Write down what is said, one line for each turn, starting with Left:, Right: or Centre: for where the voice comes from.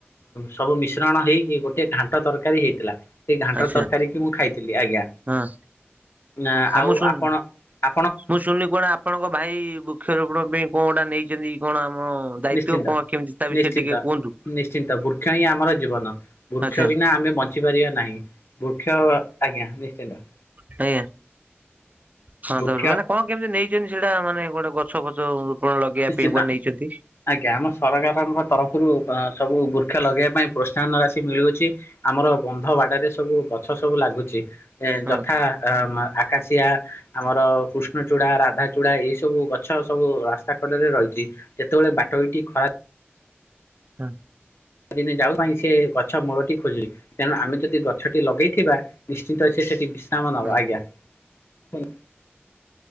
Left: ସବୁ ମିଶ୍ରଣ ହେଇକି ଗୋଟେ ଘାଣ୍ଟ ତରକାରୀ ହେଇଥିଲା। ସେଇ ଘାଣ୍ଟ
Right: ଆଚ୍ଛା
Left: ତରକାରୀ କି ମୁଁ ଖାଇଥିଲି ଆଜ୍ଞା
Right: ହଁ
Left: ନା ଆଉ
Right: ମୁଁ ଶୁଣୁ
Left: ଆପଣ ଆ
Right: ମୁଁ ଶୁଣିଲି କଣ ଆପଣଙ୍କ ଭାଇ ବୃକ୍ଷରୋପଣ ପାଇଁ କଣ ଗୋଟା ନେଇଛନ୍ତି କଣ ଆମ ଦାୟିତ୍ଵ
Left: ନିଶ୍ଚିନ୍ତ
Right: କଣ କେମିତି ତା ବିଷୟରେ
Left: ନିଶ୍ଚିନ୍ତ
Right: ଟିକେ କୁହନ୍ତୁ
Left: ନିଶ୍ଚିନ୍ତ ବୃକ୍ଷ ହିଁ ଆମର ଜୀବନ । ବୃକ୍ଷ
Right: ଆଚ୍ଛା
Left: ବିନା ଆମେ ବଞ୍ଚି ପାରିବା ନାହିଁ ବୃକ୍ଷ ଆଜ୍ଞା ନିଶ୍ଚିନ୍ତ ।
Right: ହ୍ନି ହଁ
Left: ବୃକ୍ଷ
Right: ତାପରେ ମାନେ କଣ କେମିତି ନେଇଛନ୍ତି ସେଇଟା ମାନେ ଗୋଟେ ଗଛ ଫଛ ରୋପଣ ଲଗେଇବା
Left: ନିଶ୍ଚିନ୍ତ
Right: ପାଇଁ କୁଆଡେ ନେଇଛନ୍ତି?
Left: ଆଜ୍ଞା ଆମ ସରକାରଙ୍କ ତରଫରୁ ରୁ ସବୁ ବୃକ୍ଷ ଲଗେଇବା ପାଇଁ ପ୍ରୋତ୍ସାହନ ରାଶି ମିଳୁଅଛି ଆମର ବନ୍ଧ ବାଡରେ ସବୁ ଗଛ ସବୁ ଲାଗୁଛି ଇ
Right: ହଁ
Left: ଯଥା ଆକାଶିଆ ଆମର କୃଷ୍ଣଚୂଡା ରାଧାଚୂଡା ଏଇ ସବୁ ଗଛ ସବୁ ରା କାକଟରେ ରହିଛି ଯେତେବେଳେ ବାଟୋଇଟି ଖରା ରେ
Right: ହୁଁ
Left: ଦିନେ ଯାଉ ପାଇଁ ସେ ଗଛ ମୂଳଟି ଖୋଜେ ତେଣୁ ଆମେ ଯଦି ଗଛଟି ଲଗେଇଥିବା ନିଶ୍ଚନ୍ତ ସେ ସେଠି କାମଦବ
Right: ହଁ
Left: ଆଜ୍ଞା ।